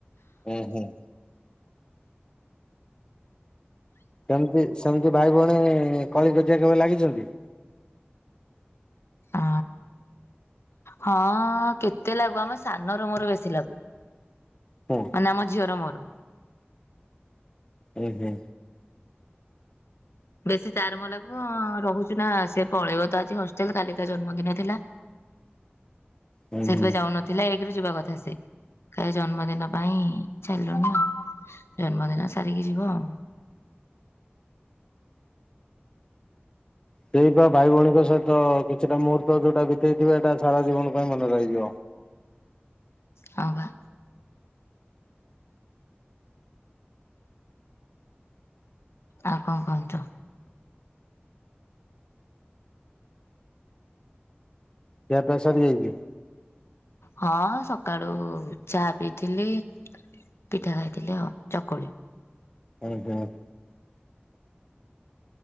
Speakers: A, on the left (about 20°); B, on the left (about 85°).
A: ଉଁ ହୁଁ। ସେମିତି ସେମିତି ଭାଇ ଭଉଣୀ କଳି କଜିଆ କେବେ ଲାଗିଛନ୍ତି?
B: ଆ ହଁ କେତେ ଲାଗୁ ଆମେ ସାନ ର ମୋର ବେଶୀ ଲାଗୁ।
A: ହୁଁ।
B: ମାନେ ଆମ ଝିଅର ମୋର।
A: ଉହୁଁ।
B: ବେଶୀ ତାର ମୋର ଲାଗୁ ରହୁଚୁ ନା ସେ ପଳେଇବ ତ ଆଜି ହଷ୍ଟେଲ କାଲିି ତା ଜନ୍ମଦିନ ଥିଲା।
A: ହୁଁ
B: ସେଥିପାଇଁ
A: ହୁଁ।
B: ଯାଉନଥିଲା ଏକରୁ ଯିବା କଥା ସେ ଖାଲି ଜନ୍ମଦିନ ପାଇଁ ଚାଲ <unintelligible> ଜନ୍ମଦିନ ସାରିକି ଯିବ ଆଉ।
A: ସେଇ ବା ଭାଇ ଭଉଣୀଙ୍କ ସହିତ କିଛିଟା ମୁହୂର୍ତ୍ତ ଯୋଉଟା ବିତେଇ ଥିବା ଏଇଟା ସାରା ଜୀବନ ପାଇଁ ମନେ ରହିଯିବ।
B: ହ ବା। ଆଉ କଣ କହନ୍ତୁ?
A: ଖିଆ ପିଆ ସରି ଯାଇଛି?
B: ହଁ ସକାଳୁ ଚା ପିଇଥିଲି। ପିଠା ଖାଇଥିଲି ଆଉ ଚକୁଳି।
A: ହୁଁ ହୁଁ।